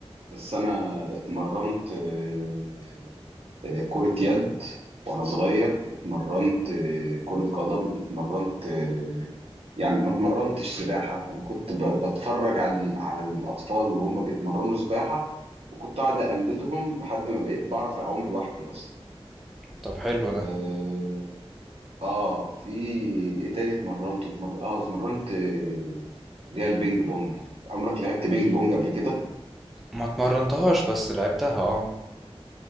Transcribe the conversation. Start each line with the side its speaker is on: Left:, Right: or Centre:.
Right: بس انا اتمرنت آه، آه، كرة يد وانا صغير اتمرنت آه، كرة قدم اتمرنت آه، يعني ما اتمرنتش سباحة انا كنت ب- بتفرج على على الاطفال اللي هم بيتمرنوا سباحة وكنت قاعد اقلدهم لحد ما بقيت بعرف اعوم لوحدي اصلا
Centre: <laughs> طب حلو ده
Right: اه آه، في ايه تاني اتمرنت اتمر... اه اتمرنت آه، اللي هي البينج بونج عمرك لعبت بينج بونج قبل كده
Centre: ما اتمرنتهاش بس لعبتها اه